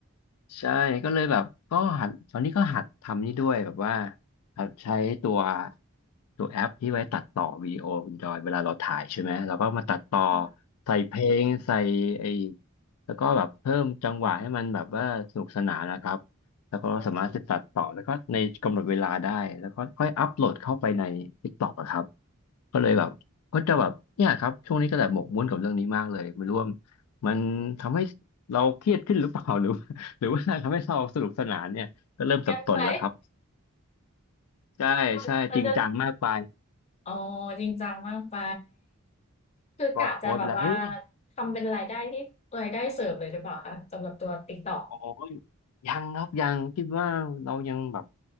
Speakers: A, on the left; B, on the left.
A: ใช่ก็เลยแบบก็หัดตอนนี้ก็หัดทำนี่ด้วยแบบว่าหัดใช้ตัวตัวแอปที่ไว้ตัดต่อวิดีโอคุณจอยเวลาเราถ่ายใช่ไหมเราก็มาตัดต่อ
B: ค่ะ
A: ใส่เพลงใส่ไอ้แล้วก็แบบเพิ่มจังหวะให้มันแบบว่าสนุกสนานนะครับแล้วก็สามารถจะตัดต่อแล้วก็ในกำหนดเวลาได้แล้วก็ค่อยอัพโหลดเข้าไปใน
B: โอ้
A: TikTok อะครับก็เลยแบบก็จะแบบเนี่ยครับช่วงนี้ก็แบบหมกมุ่นกับเรื่องนี้มากเลยไม่รู้ว่ามันทำให้เราเครียดขึ้นหรือเปล่า <laughs> หรือ หรือว่าทำให้เราสนุกสนานเนี่ยก็เริ่มสับสนแล้วครับ
B: งั้นไป
A: ใช่ใช่จริงจังมากไป
B: <laughs> มันจะ อ๋อจริงจังมากไปคือกะจะแบบว่า
A: พลอดโพสไปแล้วเอ้ย
B: ทำเป็นรายได้ที่รายได้เสริมเลยหรือเปล่าคะสำหรับตัวติ๊กต t อก
A: โอ้ยยังครับยังคิดว่าเรายังแบบ